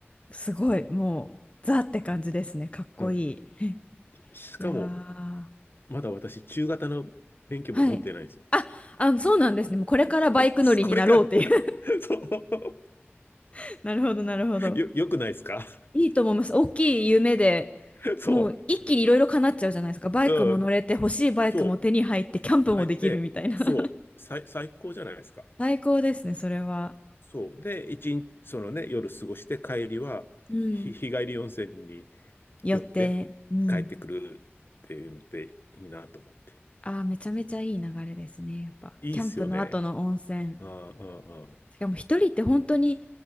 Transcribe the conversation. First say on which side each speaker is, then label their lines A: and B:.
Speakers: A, on the left; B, on the left.
A: すごい、もう、ザって感じですね。かっこいい。
B: うん
A: <laughs>
B: しかも、
A: いやー、
B: まだ私、中型の免許も持ってないんですよ。
A: はい。あ、あ、そうなんですね。もうこれからバイク乗りになろうっていう
B: <laughs> これから <laughs> そう、
A: <laughs> なるほど、なるほど。
B: よ、よくないですか
A: いいと思います。大きい夢で、
B: <laughs> そ
A: もう一気にいろいろ叶っちゃうじゃないですか。バイクも乗れて、
B: う、うん、
A: 欲しいバイクも手に入って、
B: そう、
A: キャンプもできるみたいな。
B: 入って、そう、
A: <laughs>
B: 最、最高じゃないですか。
A: 最高ですね、それは。
B: そう、で、一日、そのね、夜過ごして帰りは、
A: うん。
B: ひ日帰り温泉に
A: よって、
B: 寄って
A: うん。
B: 帰ってくるっていうのっていいなと思って。
A: ああ、めちゃめちゃいい流れですね、やっぱ。
B: いいっすよね。
A: キャンプの後の温泉。
B: ああ、ああ、ああ
A: しかも一人って本当に、